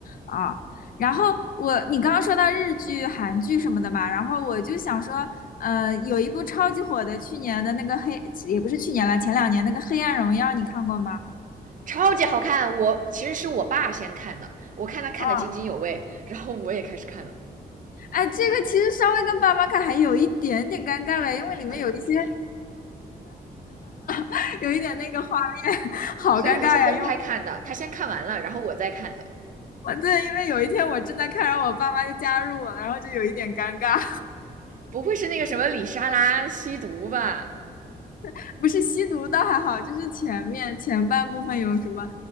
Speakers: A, on the left; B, on the right.
A: 啊。然后我，你刚刚说到日剧、韩剧什么的嘛，然后我就想说，呃，有一部超级火的，去年的那个黑，也不是去年了，前两年那个《黑暗荣耀》，你看过吗？
B: 超级好看。我其实是我爸先看的，我看他看的津津有味，
A: 啊，
B: 然后我也开始看了，
A: 哎，这个其实稍微跟爸妈看还有一点点尴尬了，因为里面有一些
B: 啊，有一点，
A: <laughs> 有一点那个画面，<laughs> 好尴尬呀，
B: 所以我们是分开看的，
A: 因为。
B: 他先看完了，然后我再看的。
A: 我对，因为有一天我正在看，然后我爸妈就加入我了，然后就有一点尴尬。
B: 不会是那个什么李莎拉吸毒吧？
A: <laughs> 不是吸毒倒还好，就是前面前半部分有什么